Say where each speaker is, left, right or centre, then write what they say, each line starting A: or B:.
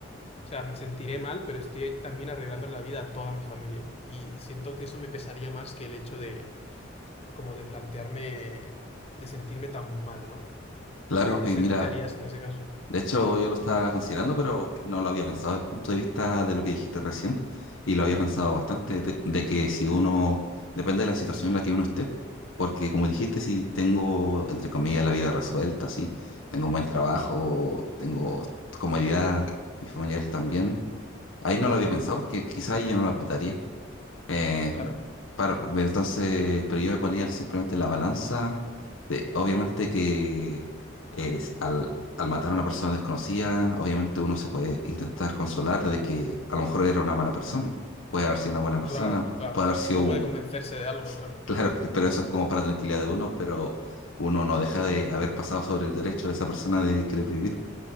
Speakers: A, on the left (about 30°); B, on the left (about 80°).
A: sea, me sentiré mal, pero estoy también arreglando la vida a toda mi familia. Y, y siento que eso me pesaría más que el hecho de, como de plantearme, de sentirme tan mal, ¿no?
B: claro.
A: No
B: Y
A: sé,
B: mira,
A: ¿tú qué harías en ese caso?
B: De hecho, yo lo estaba considerando, pero no lo había pensado desde el punto de vista de lo que dijiste recién, y lo
A: <clears throat>
B: había pensado bastante, de, de que si uno, depende de la situación en la que uno esté, porque como dijiste, si tengo, entre comillas, la vida resuelta, sí, tengo un buen trabajo, tengo comodidad, mis familiares también,
A: Mm,
B: ahí no lo había pensado porque quizá ahí yo no lo apretaría. Eh,
A: Claro,
B: paro, entonces, pero yo voy a poner simplemente la balanza de, obviamente que es al, al matar a una persona desconocida, obviamente uno se puede intentar consolar de que a lo mejor era una mala persona, puede haber sido una buena persona,
A: claro, claro.
B: puede haber sido
A: Uno
B: un-
A: puede convencerse
B: <laughs>
A: de algo, claro.
B: claro, pero eso es como para tranquilidad de uno, pero uno no deja de haber pasado sobre el derecho de esa persona de querer vivir.